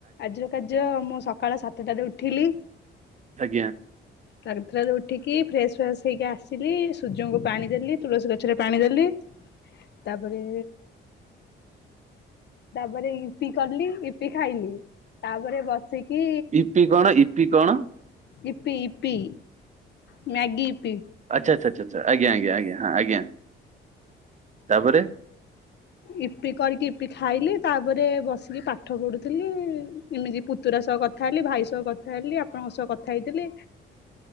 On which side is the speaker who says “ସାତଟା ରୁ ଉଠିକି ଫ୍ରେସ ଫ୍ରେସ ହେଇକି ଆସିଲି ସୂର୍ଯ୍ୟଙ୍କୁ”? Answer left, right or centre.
Left